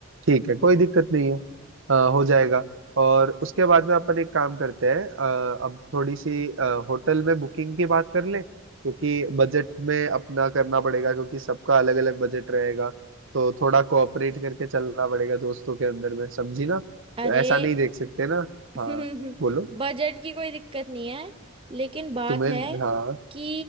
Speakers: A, on the right; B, on the right.
A: ठीक है कोई दिक्कत नहीं है अ, हो जाएगा और उसके बाद में अपन एक काम करते हैं अ, अब थोड़ी सी अ, होटल में बुकिंग की बात कर ले क्योंकि बजट में अपना करना पड़ेगा क्योंकि सबका अलग अलग बजट रहेगा तो थोड़ा कोऑपरेट करके चलना पड़ेगा दोस्तों के अंदर में समझी ना तो
B: अरे
A: ऐसा नहीं देख सकते ना
B: <laughs>
A: हाँ बोलो
B: बजट की कोई दिक्कत नहीं है लेकिन बात
A: तुम्हें
B: है
A: हाँ
B: कि